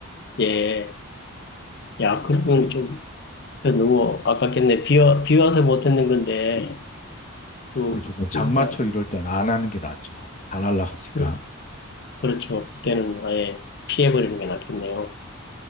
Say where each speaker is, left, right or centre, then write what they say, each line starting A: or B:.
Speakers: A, on the left; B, on the left.
A: 예. 야, 그러면 좀, 그 너무 아깝겠네. 비, 와, 비 와서 못 했는 건데, 그,
B: 그렇죠. 그럼 장마철
A: 그러니까,
B: 이럴 땐 안 하는 게 낫죠. 다 날아가니까.
A: 그, 그렇죠. 그때는 아예 피해버리는 게 낫겠네요.